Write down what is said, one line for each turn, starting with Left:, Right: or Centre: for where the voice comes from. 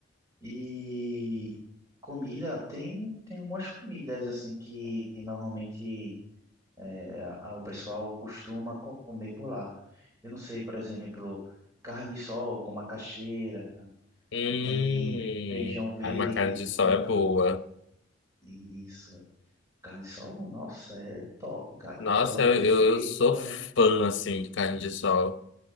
Right: e comida, tem, tem algumas comidas assim que normalmente eh, a- o pessoal costuma comer por lá. Eu não sei, por exemplo, carne de sol com macaxeira,
Left: Hum,
Right: tem feijão verde
Left: ai, uma carne de sol
Right: com
Left: é boa.
Right: Isso, é. Carne sol, nossa, é top, cara.
Left: Nossa,
Right: Ela bem
Left: eu,
Right: feita,
Left: eu eu sou fã,
Right: né?
Left: assim, de carne de sol.